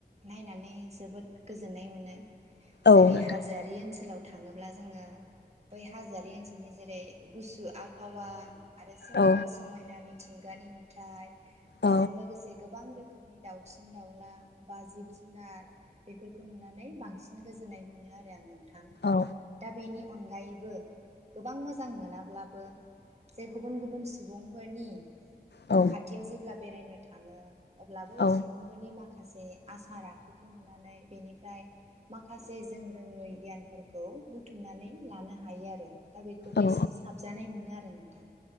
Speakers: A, on the right; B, on the left.
A: नायनानै जोबोद गोजोननाय मोनो
B: औ
A: जेरै
B: नोंथां
A: हाजोआरि ओनसोलाव थाङोब्ला जोङो बै हाजोयारि ओनसोलनि जेरै गुसु आबहावा आरो सोमखोर
B: औ
A: समायना मिथिं गानि नुथाय
B: औ
A: बेजों लोगोसे गोबां रोखो मनि दाउसिन दाउला बा जिब जुनार बेफोरखौ नुनानै बांसिन गोजोननाय मोनो आरो आं नों थां
B: औ
A: दा बेनि अनगायैबो गोबां मोजां मोनाब्लाबो जे गुबुन गुबुन सुबुं फोरनि
B: औ
A: खाथियाव जेब्ला नो थाङो अब्ला बै
B: औ
A: सुबुंफोरनि मा खासे आसार आखुखौ नुनानै बेनिफ्राय माखासे जों रोङै गियानफोर खौ बुथुमनानै लानो हायो आरो दा बेखौबो
B: औ
A: एसे साबजानाय मोनो आरो नों थां